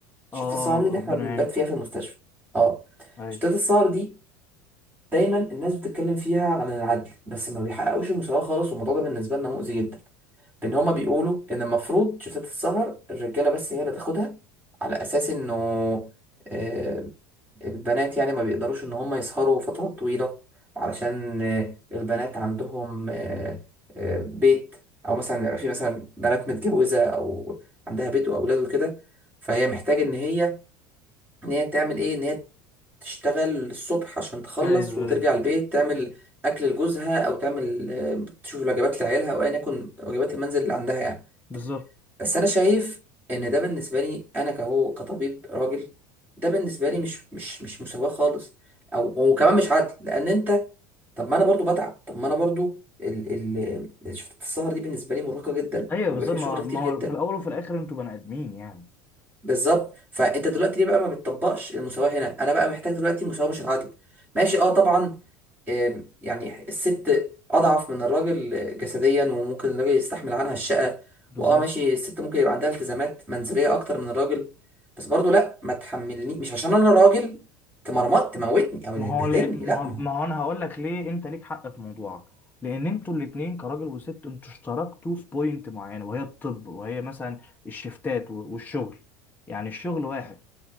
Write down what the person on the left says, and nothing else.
اه
ربنا
يعينكم
ايوه
ايوه
ايوه
بالظبط
ايوه
بالظبط
ما
ما هو
في الاول وفي الاخر انتوا بني ادمين يعني
بالظبط
ما
هو ل- ما
هو
ما
هو انا هقول لك ليه انت ليك حق في موضوعك لان انتوا الاتنين كراجل وست انتوا اشتركتوا في بوينت معينه وهي الطب وهي مثلا الشفتات و- والشغل يعني الشغل واحد